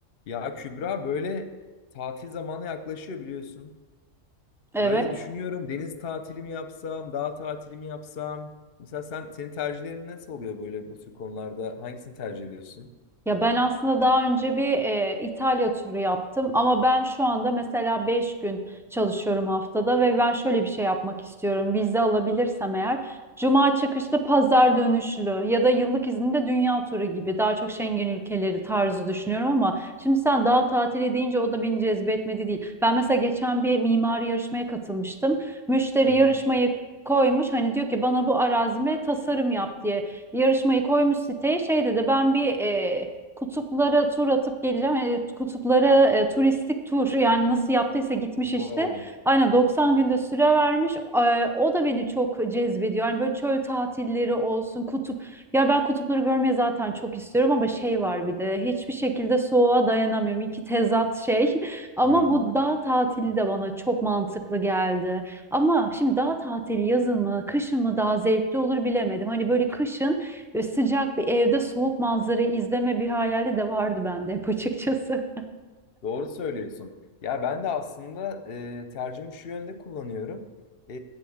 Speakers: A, on the left; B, in the centre.
A: Ya Kübra böyle tatil zamanı yaklaşıyor biliyorsun.
B: Evet.
A: Böyle düşünüyorum deniz tatili mi yapsam, dağ tatili mi yapsam? Mesela sen senin tercihlerin nasıl oluyor böyle bu tür konularda? Hangisini tercih ediyorsun?
B: Ya ben aslında daha önce bir e, İtalya turu yaptım ama ben şu anda mesela 5 gün çalışıyorum haftada ve ben şöyle bir şey yapmak istiyorum. Vize alabilirsem eğer Cuma çıkışlı pazar dönüşlü ya da yıllık izinde dünya turu gibi daha çok Schengen ülkeleri tarzı düşünüyorum ama şimdi sen daha tatili deyince o da beni cezbetmedi değil. Ben mesela geçen bir mimari yarışmaya katılmıştım. Müşteri
A: Hı hı.
B: yarışmayı koymuş hani diyor ki bana bu arazime tasarım yap diye yarışmayı koymuş siteye şey dedi ben bir e, Kutuplara tur atıp geleceğim. E, kutuplara e, turistik tur yani nasıl yaptıysa gitmiş
A: Wow.
B: işte. Aynen 90 günde süre vermiş. E, o da beni çok cezbediyor. Yani böyle çöl tatilleri olsun, kutup. Ya ben kutupları görmeye zaten çok istiyorum ama şey var bir de hiçbir şekilde soğuğa dayanamıyorum. İki tezat şey. <laughs> Ama
A: Hmm.
B: bu dağ tatili de bana çok mantıklı geldi. Ama şimdi dağ tatili yazın mı, kışın mı daha zevkli olur bilemedim. Hani böyle kışın Böyle sıcak bir evde soğuk manzarayı izleme bir hayali de vardı bende hep açıkçası.
A: Doğru söylüyorsun. Ya ben de aslında e, tercihimi şu yönde kullanıyorum. E,